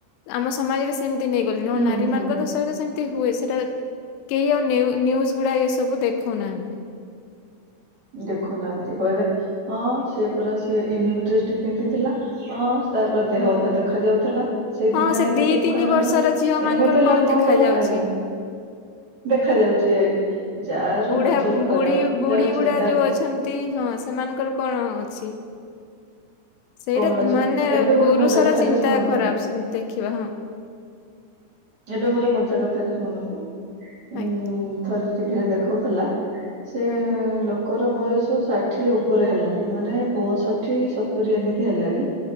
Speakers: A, on the left; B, on the right.
A: ଆମ ସମାଜରେ ସେମିତି ନେଇଗଲିଣି
B: ହୁଁ
A: ହଁ ନାରୀ
B: ହୁଁ
A: ମାନଙ୍କ ତ ତ ଏଇଟା ସେମିତି ହୁଏ ସେଟା କେହି ଆଉ ନିଉ ନିଉଜ ଗୁଡା ଏସବୁ ଦେଖାଉ ନାହାନ୍ତି।
B: ଦେଖଉ ନାହାନ୍ତି କହିବେ ହଁ ସେ ପରା ସେ ୟୁନିକ ଡ୍ରେସଟି ପିନ୍ଧିଥିଲା। ହଁ
A: ହୁଁ।
B: ସା ପ ଦେହ ଅଧା ଦେଖା ଯାଉଥିଲା। ସେଇଥିପାଇଁ
A: ହଁ ସେ
B: ଏତେ
A: ଦି
B: ସବୁ
A: ତିନି
B: କାଣ୍ଡ
A: ବର୍ଷର
B: ହେଲା
A: ଝିଅ ମାନଙ୍କର
B: ଏମିତି
A: କଣ
B: ଲୋକଙ୍କର
A: ଦେଖା ଯାଉଛି।
B: ଆଜ୍ଞା। ଦେଖାଯାଉଛି ଆ ଯାହାର
A: ବୁଢା
B: ନଜର ଖରାପ
A: ବୁଢୀ ବୁଢୀ
B: ଯାହାର ଚିନ୍ତା
A: ଗୁଡା ଯୋଉ ଅଛନ୍ତି ହଁ ସେମାନଙ୍କର କଣ ଅଛି। ସେଇଟା
B: କଣ ଅଛି
A: ମାନେ
B: ଏବେ ଗୋଟେ
A: ପୁରୁଷର
B: ମଜା କଥାଟେ
A: ଚିନ୍ତା
B: ଶୁଣନ୍ତୁ
A: ଖରାପ ଦେଖିବା ହଁ।
B: ଏବେ ଗୋଟେ ମଜା କଥାଟେ ଶୁଣନ୍ତୁ। ଉଁ
A: ଆଜ୍ଞା
B: ଥରେ ଟିଭିରେ ଦେଖାଉଥିଲା ସେ
A: ହଁ ହଁ
B: ଲ କ ର ବୟସ ଷାଠିଏ ଉପରେ ହେଲାଣି ମାନେ ପଞ୍ଚଷଠି ସତୁରୀ ଏମିତି ହେଲାଣି।